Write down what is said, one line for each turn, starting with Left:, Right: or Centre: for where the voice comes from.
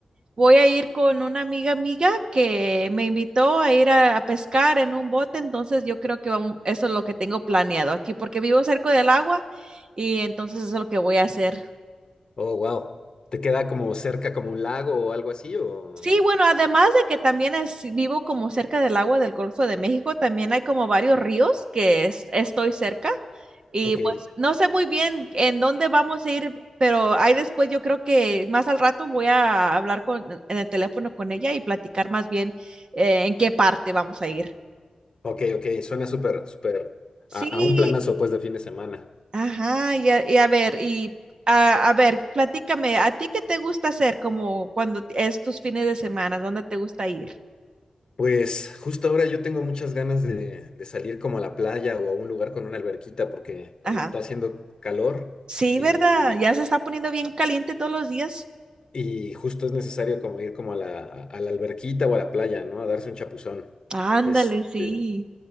Right: voy a ir con una amiga amiga que me invitó a ir a, a pescar en un bote, entonces yo creo que vam- eso es lo que tengo planeado aquí, porque vivo cerca del agua y entonces eso es lo que voy a hacer.
Left: Oh, wow. ¿Te queda como cerca, como un lago o algo así? O...
Right: Sí, bueno, además de que también es- vivo como cerca del agua del Golfo de México, también hay como varios ríos que es- estoy cerca y
Left: Ok,
Right: pues no sé muy bien en dónde vamos a ir, pero ahí después yo creo que más al rato voy a hablar con, en el teléfono con ella y platicar más bien eh, en qué parte vamos a ir.
Left: ok, ok. Suena súper, súper
Right: Sí,
Left: a, a un planazo, pues, de fin de semana.
Right: ajá, y a, y a ver, y a, a ver, platícame, ¿a ti qué te gusta hacer como cuando es tus fines de semana? ¿Dónde te gusta ir?
Left: Pues justo ahora yo tengo muchas ganas de, de salir como a la playa o a un lugar con una alberquita porque está
Right: Ajá.
Left: haciendo calor
Right: Sí,
Left: y,
Right: ¿verdad? Ya se está poniendo bien caliente todos los días.
Left: y justo es necesario como ir como a la, a la alberquita o a la playa, ¿no? A darse un chapuzón.
Right: Ándale,
Left: Este,
Right: sí.